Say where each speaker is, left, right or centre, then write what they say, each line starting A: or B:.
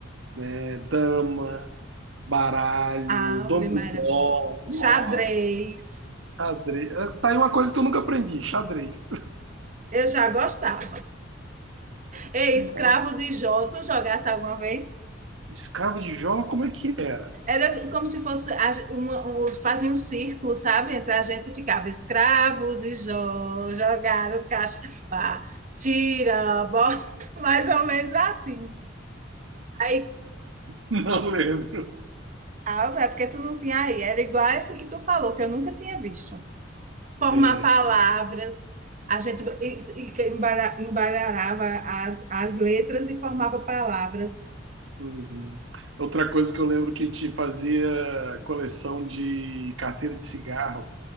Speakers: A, on the right; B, on the right.
A: né? Dama, baralho,
B: Ave
A: dominó,
B: Maria, era bom.
A: nossa,
B: Xadrez,
A: xadrez. Tá aí uma coisa que eu nunca aprendi, xadrez.
B: eu já gostava. Ei,
A: <laughs>
B: escravo de Jó, tu jogasse alguma vez?
A: Escravo de Jó, como é que era?
B: Era como se fosse a, uma, um, fazia um círculo, sabe? Entre a gente ficava escravo de Jó, jogar o cacho pá, tira, bota, <laughs> mais ou menos assim. Aí,
A: <laughs> Não lembro.
B: ah, é porque tu não tinha aí. Era igual essa que tu falou, que eu nunca tinha visto. Formar
A: É,
B: palavras, a gente e- e- embara- embaralhava as, as letras e formava palavras.
A: uhum. Outra coisa que eu lembro que a gente fazia coleção de carteira de cigarro,